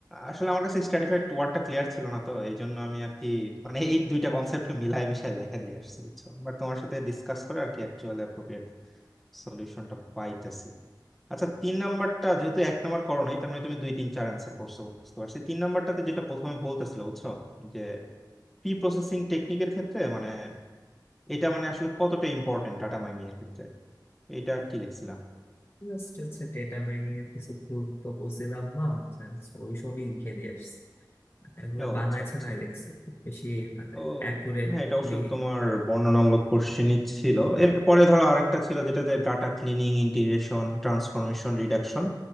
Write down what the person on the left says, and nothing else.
জাস্ট হচ্ছে ডেটা মাইনিং এর কিছু গুরুত্ব বুঝছিলাম না just ওইসবই লিখে দিয়ে আসছি এগুলো
বানাইছে
না লিখছি খুব বেশি মানে
অ্যাকুরেটলি